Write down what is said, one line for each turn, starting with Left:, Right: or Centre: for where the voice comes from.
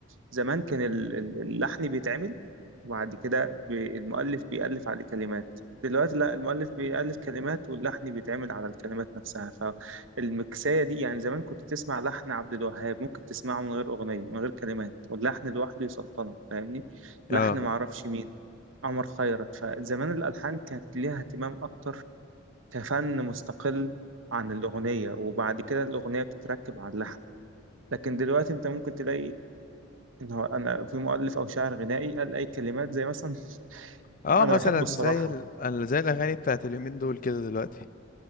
Right: زمان كان ال- ال- اللحن بيتعمل وبعد كده ب- المؤلف بيألف عليه كلمات دلوقتي لا المؤلف بيألف كلمات واللحن بيتعمل على الكلمات نفسها فالمكساية دي يعني زمان كنت تسمع لحن عبد الوهاب ممكن تسمعه من غير أغنية من غير كلمات واللحن لوحده يسلطنك فاهمني لحن
Left: اه
Right: معرفش مين عمر خيرت فزمان الألحان كانت ليها اهتمام أكتر كفن مستقل عن الأغنية وبعد كده الأغنية بتتركب على اللحن لكن دلوقتي أنت ممكن تلاقي إن هو أنا في مؤلف أو شاعر غنائي قال أي كلمات زي مثلا
Left: اه
Right: <laughs> أنا
Left: مثلا
Right: بحبه الصراحة
Left: زي ال... ال- زي الاغاني بتاعت اليومين دول كده دلوقتي